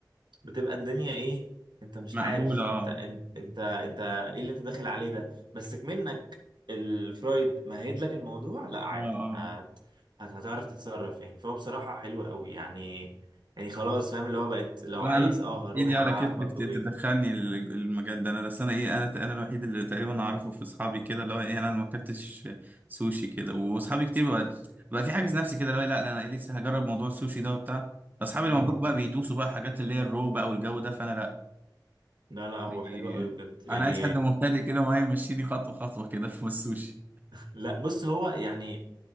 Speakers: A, on the right; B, on the right.
A: بتبقى الدنيا ايه انت مش
B: مقبوله
A: عارف
B: اه
A: انت انت انت, انت ايه اللي انت داخل عليه ده بس منك الفرايد مهد لك الموضوع لا عادي
B: اه اه
A: هت...
B: آه."
A: هت... هتعرف تتصرف يعني فهو بصراحة حلو قوي يعني يعني خلاص فاهم اللي هو بقت لو
B: لا
A: عايز
B: انا
A: اه هروح
B: ايدي
A: ابقى
B: على كتفك
A: عارف اطلب
B: ت- تدخلني ال- المجال ده انا بس انا ايه انا انا الوحيد اللي تقريبا اعرفه في اصحابي كده اللي هو ايه انا ما اكلتش سوشي كده واصحابي كتير بقى, بقى في حاجز نفسي كده اللي هو إيه، لا لا، انا إيه لسه هجرب موضوع السوشي ده وبتاع فاصحابي
A: ايه
B: لما بروح بقى بيدوسوا بقى حاجات اللي هي الرو بقى والجو ده فانا لا
A: لا لا هو
B: يعني
A: حلو قوي بجد يعني
B: انا عايز حد مبتدئ كده معايا يمشيني خطوه خطوه كده في السوشي
A: لا بص هو يعني